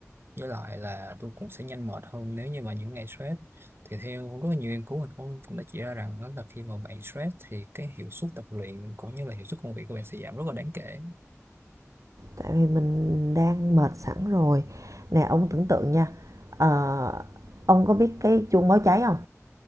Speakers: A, on the right; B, on the right.
A: với lại là tôi cũng sẽ nhanh mệt hơn nếu như mà những ngày stress thì theo rất là nhiều nghiên cứu thì cũng cũng đã chỉ ra rằng đó là khi mà bạn stress thì cái hiệu suất tập luyện cũng như là hiệu suất công việc của bạn sẽ giảm rất là đáng kể
B: tại vì mình đang mệt sẵn rồi nè ông tưởng tượng nha ờ, ông có biết cái chuông báo cháy không